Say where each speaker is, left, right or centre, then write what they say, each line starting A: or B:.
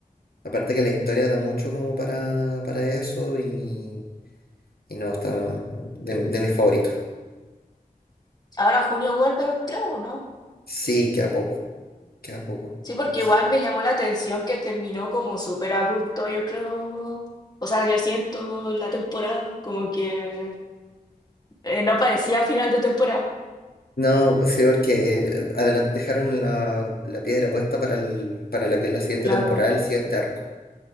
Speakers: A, on the left; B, on the left.
A: Aparte que la historia da mucho como para, para eso y, y no, está de, de mis favoritos.
B: Ahora en junio vuelve, creo, ¿no?
A: Sí, queda poco, queda poco.
B: Sí, porque
A: Es-
B: igual me llamó la atención que terminó como súper abrupto, yo creo. O sea, yo siento la temporada, como que eh, no parecía final de temporada.
A: No, sí, porque eh, adelan- dejaron la, la piedra puesta para, el, para la que es la siguiente
B: Claro,
A: temporada, el siguiente arco.